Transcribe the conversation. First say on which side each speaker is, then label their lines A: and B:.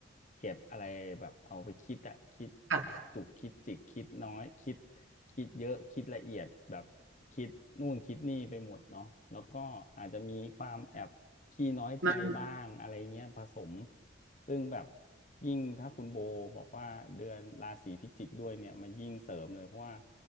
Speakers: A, on the left; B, on the right.
A: เก็บอะไรแบบเอาไปคิดอะคิด
B: ค่ะ
A: จุกคิดจิกคิดน้อยคิดคิดเยอะคิดละเอียดแบบคิดนู่นคิดนี่ไปหมดเนาะแล้วก็อาจจะมีความแอบขี้น้อยใจบ้างอะไรเงี้ยผสม
B: มา
A: ซึ่งแบบยิ่งถ้าคุณโบบอกว่าเดือนราศีพิจิกด้วยเนี่ยมันยิ่งเสริมเลยเพราะว่า